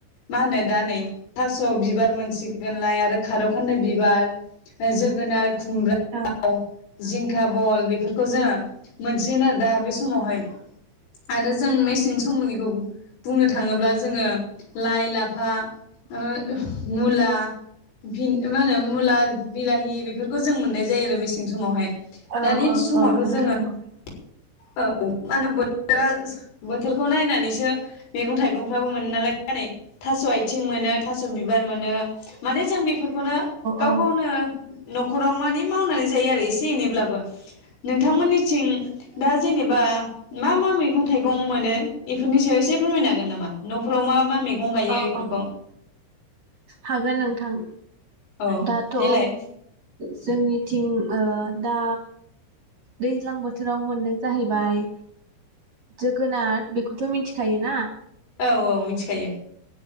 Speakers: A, on the left (about 80°); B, on the right (about 50°).
A: मा होनो दा नै थास' बिबार मोनसिगोनलाय आरो खारौखान्दाय बिबार जोगोनार खुमब्रा
B: औ
A: जिं खा बल बेफोरखौ जोङो मोनसेयोन आरो दा बे समावहाय आरो जों मेसें समनि बुंनो थाङोब्ला जोङो लाइ लाफा <unintelligible> मुला भिन मा होनो मुला बिलाहि बेफोरखौ जों मोननाय जायो‌ आरो मेसें समावहाय
B: औ
A: दानि <unintelligible>
B: औ
A: समावथ'
B: औ नोंथां
A: जोङो
B: औ
A: <unintelligible> बोथोरखौ नायनानैसो मेगं थाइगंफ्राबो मोनो नालाय <unintelligible> थास' आथिं मोनो थास' बिबार मोनो माने जों बे फोरखौनो गाव
B: औ
A: गावनो न'खराव माने मावनानै जायो आरो एसे एनैब्लाबो नोंथांमोननिथिं दा जेने बा मा मा मैगं थाइगं मोनो। इफोरनि सायाव एसे फोरमायनो हागोन नामा न'फोराव मा मैगं गायो
B: औ
A: बेफोरखौ
B: औ हागोन नोंथां।
A: औ
B: दाथ'
A: देलाय
B: जोंनिथिं ओ दा दैज्लां बोथोराव मोननो जाहैबाय जोगोनार बेखौथ' मिन्थिखायोना।
A: औ औ मिथिखायो।